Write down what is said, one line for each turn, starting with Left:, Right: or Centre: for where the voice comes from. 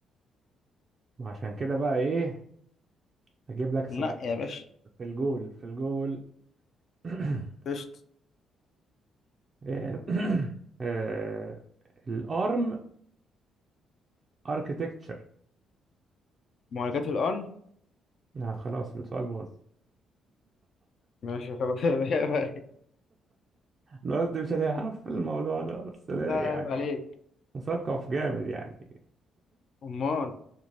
Right: ما عشان كده بقى ايه هجيب لك سؤال
Left: لا يا باشا
Right: في الجول في الجول <clears throat>
Left: قشطة
Right: <coughs> إيه، <coughs> آه، الارم اركتكتشر
Left: معالجات الآن
Right: آه خلاص السؤال باظ
Left: ماشي خلاص <laughs> عيب عليك
Right: انا قلت مش هتعرف في الموضوع ده بس لا،
Left: عيب
Right: يعني
Left: عليك
Right: مثقف جامد يعني
Left: أمال